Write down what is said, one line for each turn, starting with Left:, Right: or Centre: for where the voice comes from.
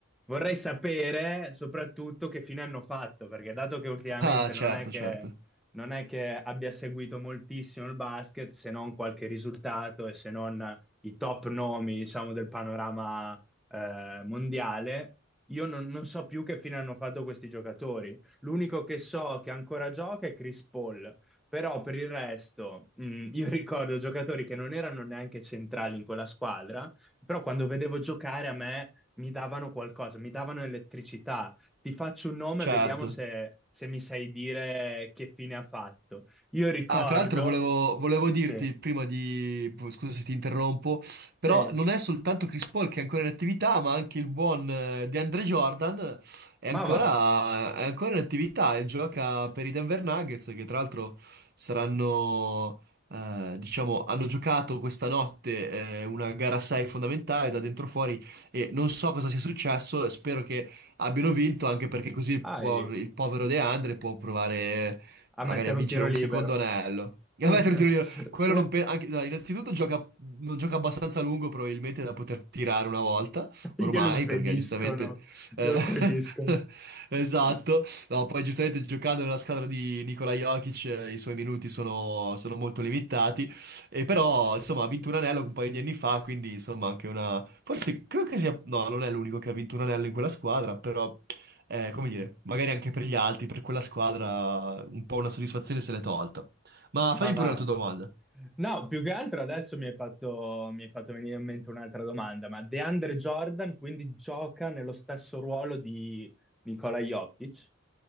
Centre: Vorrei sapere soprattutto che fine hanno fatto, perché dato che ultimamente
Right: Ah, certo,
Centre: non è che,
Right: certo.
Centre: non è che abbia seguito moltissimo il basket, se non qualche risultato e se non i top nomi, diciamo, del panorama eh, mondiale, io non, non so più che fine hanno fatto questi giocatori. L'unico che so che ancora gioca è Chris Paul, però per il resto, mh, io ricordo giocatori che non erano neanche centrali in quella squadra, però quando vedevo giocare a me mi davano qualcosa, mi davano elettricità. Ti faccio un nome
Right: Certo.
Centre: e vediamo se, se mi sai dire che fine ha fatto. Io ricordo...
Right: Ah, tra l'altro volevo, volevo dirti
Centre: Sì,
Right: prima di... Scusa se ti interrompo, però
Centre: sì,
Right: non è soltanto Chris Paul che è ancora in attività, ma anche il buon eh, DeAndre Jordan è ancora,
Centre: ma va,
Right: è ancora in attività e gioca per i Denver Nuggets, che tra l'altro saranno, eh, diciamo, hanno giocato questa notte eh, una gara 6 fondamentale da dentro fuori e non so cosa sia successo, spero che abbiano vinto anche perché così
Centre: vai
Right: può- il povero DeAndre può provare
Centre: a
Right: Magari
Centre: mettere
Right: a vincere
Centre: un tiro
Right: un
Centre: libero.
Right: secondo anello. E
Centre: <laughs>
Right: <laughs> Vabbè, tiro- tiro- quello non pe- anche- dai, innanzitutto gioca, non gioca abbastanza a lungo probabilmente da poter tirare una volta,
Centre: Glielo
Right: ormai,
Centre: impediscono,
Right: perché giustamente... eh,
Centre: glielo proibiscono.
Right: <laughs> esatto.
Centre: <laughs>
Right: No, poi giustamente giocando nella squadra di Nikola Jokic eh, i suoi minuti sono, sono molto limitati, e però insomma ha vinto un anello un paio di anni fa, quindi insomma anche una... Forse credo che sia... No, non è l'unico che ha vinto un anello in quella squadra, però eh, come dire, magari anche per gli altri, per quella squadra, un po' una soddisfazione se l'è tolta. Ma fai
Centre: Ma va.
Right: pure la tua domanda.
Centre: No, più che altro adesso mi hai fatto, mi hai fatto venire in mente un'altra domanda, ma DeAndre Jordan quindi gioca nello stesso ruolo di Nikola Jokic?